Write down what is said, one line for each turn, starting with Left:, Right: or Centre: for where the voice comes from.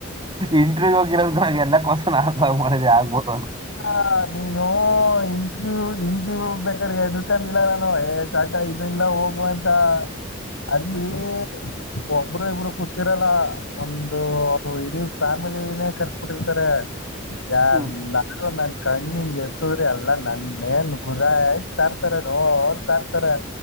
Right: ಇಂಟ್ರವ್ಯ್ ಹೋಗಿರೋದ ನಾಗ ಎಲ್ಲ ಕ್ವಶನ್ ಆನ್ಸರ್ ಮಾಡಿದೆ ಆಗ್ಬಹದು
Left: ಅ ನೀನು ಇಂಟ್ರ್ಯೂ ಇಂಟ್ರವ್ಯೂ ಬೇಕ್ರ ಎದರ್ಕೊಂಡಿಲ್ಲ ನಾನು ಸ್ಟಾರ್ಟ ಇ ಎಲ್ಲ ಹೋಗುವಂತ ಅಲ್ಲಿ ಒಬ್ಬರು ಇಬ್ರು ಕೂತಿರಲ್ಲ ಒಂದು ಇಡೀ ಫ್ಯಾಮಿಲಿನೇ ಕರ್ಸ್ಬಿಟ್ಟಿರ್ತಾರ ಯಾಲ್
Right: ಹ್ಮ್
Left: ಲ್ಲಾರು ನನ್ ಕಣ್ಣಿಂಗಗೆ ಎತ್ತರಿ ಅಲ್ಲಾ ನನ್ನೇನ್ ಗುರಾಯಸ್ ತರ್ತಾರ ನೋಡ್ ತರ್ತಾರ